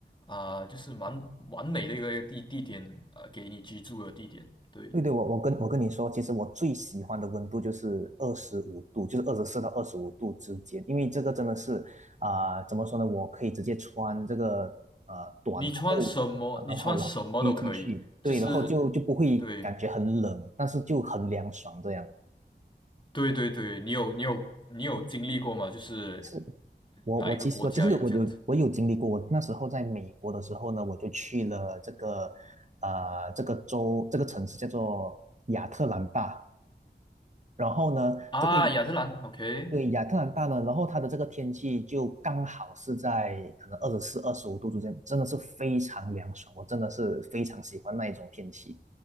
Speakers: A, on the left; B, on the right.
A: 啊、就是蛮完美的一个地地点，呃，给你居住的地点。对，
B: 对对，我我跟我跟你说，其实我最喜欢的温度就是二十五度，就是二十四到二十五度之间，因为这个真的是啊、呃怎么说呢？我可以直接穿这个呃短裤，
A: 你穿什么，
B: 然后然后
A: 你穿什么都可以，
B: T T 恤，对，
A: 就是
B: 然后就就不会感觉很冷，
A: 对。
B: 但是就很凉爽这样。
A: 对对对，你有你有你有经历过吗？就是
B: 是我我其实我其实我有我有经历过，
A: 哪一个国家有这样子
B: 我那时候在美国的时候呢，我就去了这个呃这个州这个城市叫做亚特兰大。然后呢，
A: 啊？
B: 这个
A: 亚特兰 o k
B: 对亚特兰大呢，然后它的这个天气就刚好是在可能二十四、二十五度之间，真的是非常凉爽，我真的是非常喜欢那一种天气。